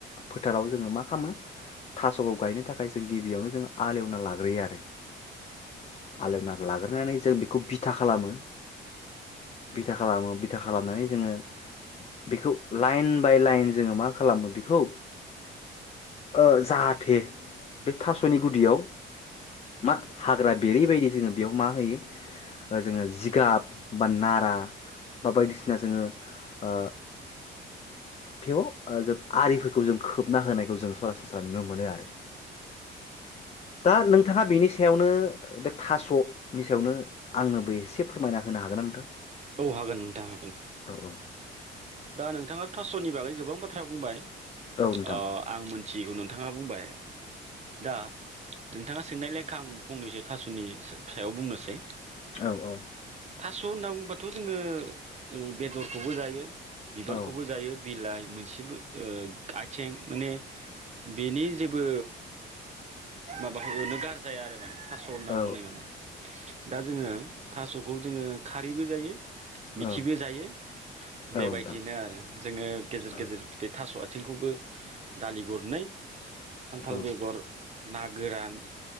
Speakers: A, on the left; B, on the right.
A: फोथाराव जोङो मा खालामो थास'खौ गायनो थाखाय जों गिबियावनो जों आलेवना लाग्रोयो आरो आलेवना लाग्रोनानै जों बेखौ बिथा खालामो बिथा खालामो था खालामनानै जोङो बेखौ लाइन बाय लाइन जोङो मा खालामो बेखौ ओ जाहाथे बे थास'नि गुदियाव मा हाग्रा बेरै बायदि जोङो बेयाव मा होयो जोङो जिगाब बा नारा बा बायदिसिना जोङो ओ बेव ओ जों आरिफोरखौ जों खोबना होनायखौ जों सरासनस्रा नुनो मोनो आरो दा नोंथाङा बेनि सायावनो बे थास'नि सायावनो आंनोबो एसे फोरमायना होनो हागोन ना नोंथां?
B: औ हागोन नोंथां हागोन।
A: औ औ
B: दा नोंथाङा थास'नि बागै गोबां बाथ्रा बुंबाय
A: औ नोंथां
B: ओ आं मिथिगौ नों नोंथाङा बुंबाय दा नोंथाङा सोंनाय लेखा आं फंनैसो थासुनि सायाव बुंनोसै
A: औ औ
B: थास' होनना बुंबाथ' जोङो जों बेदरखौबो जायो बिबारखौबो
A: औ
B: जायो बिलाइ मोनसेबो ओ आथिं माने बिनि जेबो माबाखौनो गार जाया आरो माने थास' होनना
A: औ
B: बुंनाय माने दा जोङो थास'खौ जोङो खारैबो जायो। मिखिबो
A: औ
B: जायो
A: नोंथां
B: बेबायदिनो आरो जोङो गेजेर
A: औ
B: गेजेर बे थास'आ थिंखौबो दालि गरनै खान्थाल
A: औ
B: बेगर ना गोरान